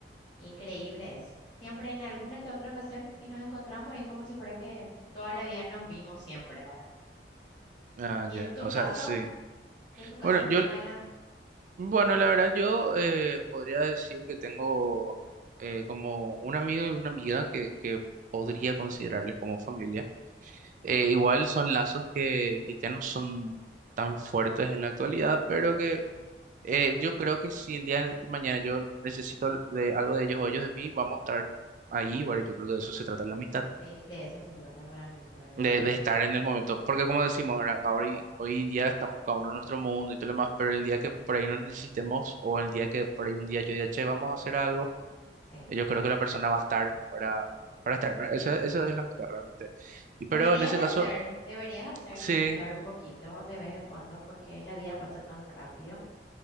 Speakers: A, on the left; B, on the right.
A: Increíbles. Siempre en alguna que otra ocasión y nos encontramos y es como si fuera que toda la vida nos vimos siempre, ¿verdad?
B: Ah,
A: Y en
B: ya,
A: tu
B: o
A: caso,
B: sea, sí.
A: y en tu caso
B: Bueno,
A: el
B: yo,
A: tema de la...
B: bueno, la verdad yo eh, podría decir que tengo eh, como un amigo y una amiga que, que podría considerarle como familia. Eh, igual son lazos que, que ya no son tan fuertes en la actualidad, pero que eh, yo creo que si el día de mañana yo necesito de algo de ellos o ellos de mí, vamos a estar ahí. Bueno, yo creo que de eso se trata la amistad.
A: Sí, de eso se trata realmente, ¿verdad?
B: de,
A: Que cuando
B: de estar
A: uno...
B: en el momento. Porque como decimos, ¿verdad? Ahora, y- hoy día estamos cada uno en nuestro mundo y todo lo demás, pero el día que por ahí nos necesitemos o el día que por ahí un día yo diga, che, vamos a hacer algo,
A: Sí,
B: eh, yo creo que la persona va a estar para, para estar. ¿verdad? Eso, eso es
A: sí.
B: la amistad realmente. Y
A: Deberías
B: pero en ese
A: de
B: caso,
A: hacer, deberías hacer
B: sí,
A: y juntar un poquito de vez en cuando porque la vida pasa tan rápido